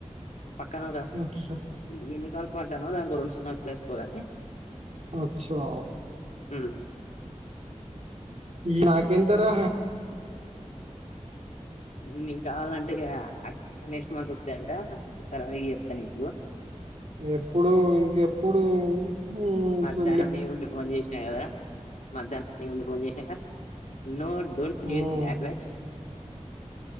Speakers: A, on the left (about 90°); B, on the right (about 70°).
A: పక్కనరా
B: అచ్చ
A: ఈ ఎన్ని కాల్స్ మాట్లాడినావ్ దానికి ఓ రెండు సున్నాలు ఏసుకోగాని
B: అచ్చా
A: హ్మ్
B: నాకెంతరా
A: నీ కావాలంటే ఆ నెక్స్ట్ మంత్ వత్తాయంట సరే ఈ చెప్తానీకు
B: ఎప్పుడు ఇంకెప్పుడు మ్మ్
A: మధ్యాహ్నం
B: సుల్లిగా
A: నీ ముందు ఫోన్ చేసినా గదా మధ్యాహ్నం నీ ముందు ఫోన్ జెషినగ note don't
B: hmm
A: use bad words